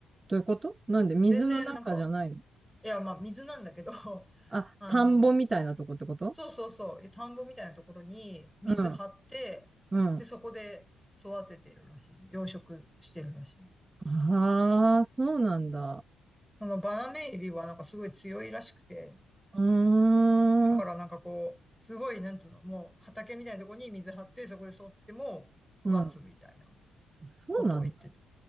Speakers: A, on the right; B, in the centre.
A: どういうことなんで水の中じゃないの
B: 全然なんか、いや、まあ水なんだけど、<laughs>
A: あ、
B: あの、
A: 田んぼみたいなとこってこと
B: そうそうそう、田んぼみたいなところに水張って、
A: うん、うん。
B: で、そこで育ててるらしい。養殖してるらしい。
A: ああ、そうなんだ。
B: そのバナメイエビはなんかすごい強いらしくて、
A: うーん、
B: だからなんかこう、すごい、なんつうの、もう畑みたいなところに水張って、そこで育てても育つみたいな
A: うん。そうなんだ。
B: ことを言ってた。